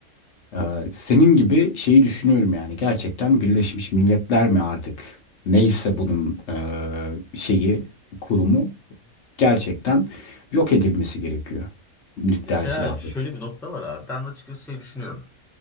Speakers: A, on the left (about 55°); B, in the centre.
A: e, senin gibi şeyi düşünüyorum yani gerçekten Birleşmiş Milletler mi artık neyse bunun e, şeyi kurumu gerçekten yok edilmesi gerekiyor nükleer
B: Mesela
A: silahların.
B: şöyle bir nokta var abi. Ben açıkçası şey düşünüyorum.